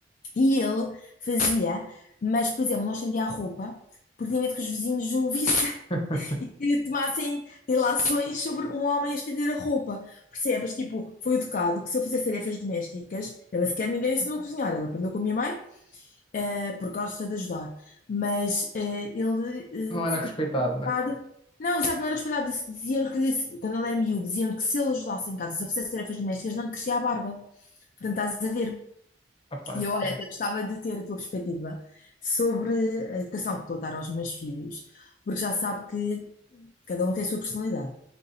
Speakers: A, on the left; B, on the left.
A: E ele fazia, mas, por exemplo, não estendia a roupa, porque tinha medo que os vizinhos o vissem
B: <laughs>
A: e que tomassem relações sobre um homem a estender a roupa. Percebes? Tipo, foi educado que se eu fizesse tarefas domésticas, ele sequer ninguém lhe ensinou a cozinhar, ele aprendeu com a minha mãe, eh, porque gosta de ajudar. Mas eh, ele. eh,
B: Não era
A: foi
B: respeitado,
A: educado-
B: né?
A: não, exato, não era respeitado. Disse- Diziam-lhe que, disse- quando ele era miúdo, diziam-lhe que se ele ajudasse em casa, se eu fizesse tarefas domésticas, não lhe crescia a barba. Portanto, estás a ver,
B: Ah, pá,
A: e eu,
B: sim.
A: olha, até gostava de ter a tua perspectiva sobre a educação que estou a dar aos meus filhos, porque já sabe que cada um tem a sua personalidade.